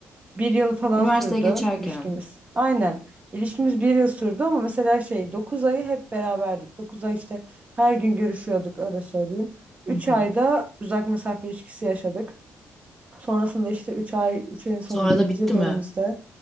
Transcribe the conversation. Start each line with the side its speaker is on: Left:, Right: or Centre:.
Right: bir yıl falan
Centre: Üniversiteye
Right: sürdü
Centre: geçerken.
Right: ilişkimiz. Aynen. İlişkimiz bir yıl sürdü ama mesela şey 9 ayı hep beraberdik. dokuz ay işte her gün görüşüyorduk öyle söyleyeyim. Üç
Centre: Hı hı.
Right: ayda uzak mesafe ilişkisi yaşadık. Sonrasında işte 3 ay, 3 ayın sonunda
Centre: Sonra
Right: birinci
Centre: da bitti
Right: yıl dönümümüzde
Centre: mi?